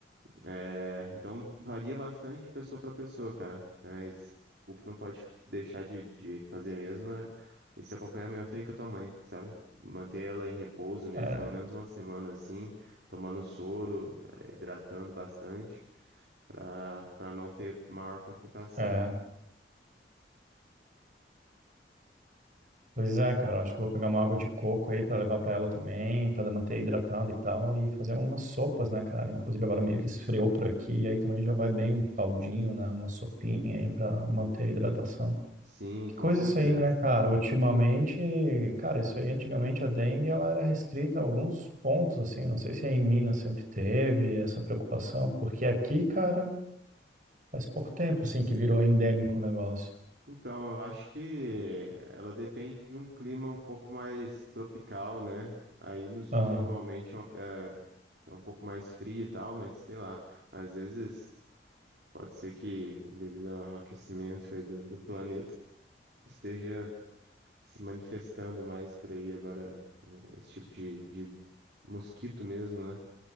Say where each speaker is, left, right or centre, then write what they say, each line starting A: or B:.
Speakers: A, on the right; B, on the right.
A: É, então varia bastante de pessoa para pessoa, cara. Mas o que não pode deixar de, de fazer mesmo é esse acompanhamento aí com a tua mãe, sabe? Manter ela em repouso mesmo,
B: É,
A: pelo menos uma semana assim, tomando soro, é, hidratando bastante, para para não ter maior complicação.
B: é. Pois é, cara, acho que eu vou pegar uma água de coco aí pra levar pra ela também, pra manter hidratada e tal, e fazer umas sopas, né, cara? Inclusive agora meio que esfriou por aqui, e aí também já vai bem um caldinho, né, uma sopinha aí pra manter a hidratação.
A: Sim,
B: Que
A: com
B: coisa
A: certeza.
B: isso aí, né, cara? Ultimamente, cara, isso aí antigamente a dengue ela era restrita a alguns pontos, assim, não sei se aí em Minas sempre teve essa preocupação, porque aqui, cara, faz pouco tempo, assim, que virou endêmico o negócio.
A: Então, eu acho que ela depende de um clima um pouco mais tropical, né? Aí no sul
B: Aham.
A: normalmente é um, é um pouco mais frio e tal, mas sei lá, às vezes pode ser que, devido ao aquecimento aí do, do planeta, esteja se manifestando mais por aí agora, eh, esse tipo de, de mosquito mesmo, né?